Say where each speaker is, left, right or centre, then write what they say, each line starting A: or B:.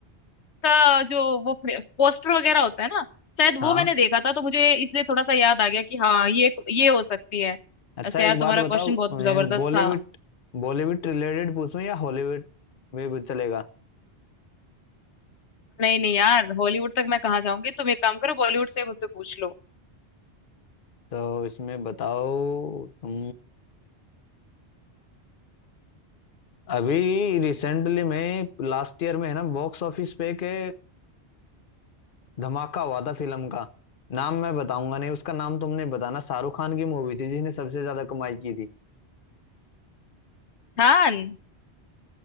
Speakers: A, on the left; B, on the left.
A: उसका जो वो पोस्टर वगैरह होता है ना शायद
B: हाँ
A: वो मैंने देखा था तो मुझे इसलिए थोड़ा सा याद आ गया कि हाँ ये ये हो सकती है
B: अच्छा
A: ऐसे
B: एक
A: यार
B: बात
A: तुम्हारा
B: बताओ
A: क्वेश्चन बहुत जबरदस्त
B: बॉलीवुड
A: था
B: बॉलीवुड रिलेटेड पूछूं या हॉलीवुड में भी चलेगा
A: नहीं नहीं यार हॉलीवुड तक मैं कहाँ जाऊंगी तुम एक काम करो बॉलीवुड से मुझसे पूछ लो
B: तो इसमें बताओ तुम अभी रिसेंटली में लास्ट ईयर में है ना बॉक्स ऑफिस पे के धमाका हुआ था फिल्म का नाम मैं बताऊंगा नहीं उसका नाम तुमने बताना शाहरुख खान की मूवी थी जिसने सबसे ज्यादा कमाई की थी
A: खान